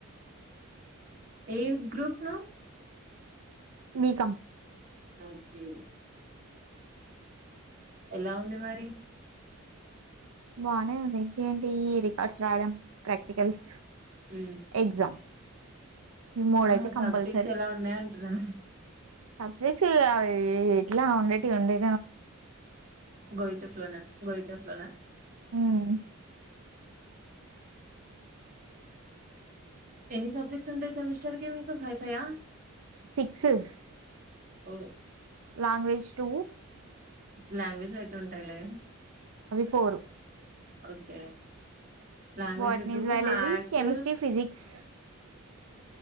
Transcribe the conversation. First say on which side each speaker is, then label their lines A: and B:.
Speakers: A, on the right (about 45°); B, on the right (about 85°).
A: ఏ గ్రూప్ ను
B: వీకాం
A: ఓకే ఎలా ఉంది మరి
B: బానే ఉంది ఇంకేంటి రికార్డ్స్ రావడం ప్రాక్టికల్స్
A: హ
B: ఎగ్జామ్ ఈ మూడయితే
A: ఆ సబ్జెక్ట్స్
B: కంపల్సరీ.
A: ఎలా ఉన్నాయ అంటున్నా
B: సబ్జెక్ట్స్ అవి ఎట్లా ఉండేవి ఉండే
A: గోయితే ఫ్లోనా గోయితే ఫ్లోనా
B: హ్మ్.
A: ఎనీ సబ్జెక్ట్స్ అంటే సెమిస్టర్ కి మీకు ఫై ఫైయా
B: సిక్సెస్
A: ఓ
B: లాంగ్వేజ్ టూ
A: లాంగ్వేజ్లు అయితే ఉంటాయిలే
B: ఫోరు
A: ఓకే లాంగ్వేజ్
B: వాట్నిస్
A: టూ
B: బయాలజీ
A: మ్యాథ్స్
B: కెమిస్ట్రీ ఫిజిక్స్